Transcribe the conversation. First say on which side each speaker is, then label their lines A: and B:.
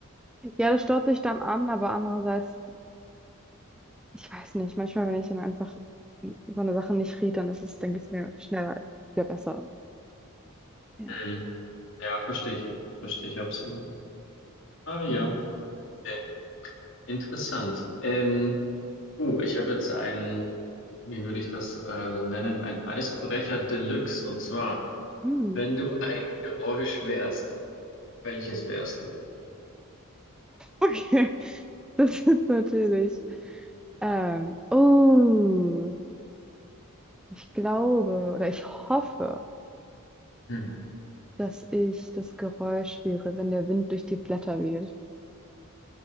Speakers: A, in the centre; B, on the left (about 60°).
A: Ja, das staut sich dann an, aber andererseits, ich weiß nicht, manchmal, wenn ich dann einfach über eine Sache nicht rede, dann ist es, dann geht es mir schneller wieder besser. Ja.
B: Mhm. Ja, verstehe ich. Verstehe ich absolut. Ah ja,
A: Ja.
B: okay. Interessant. Ähm, uh, ich habe jetzt einen, wie würde ich das äh, nennen, ein Eisbrecher Deluxe. Und zwar,
A: Hm.
B: wenn du ein Geräusch wärst. Welches wärst du?
A: Okay. <laughs> Das ist natürlich. Ähm, oh, ich glaube oder ich hoffe.
B: Mhm.
A: dass ich das Geräusch wäre, wenn der Wind durch die Blätter weht.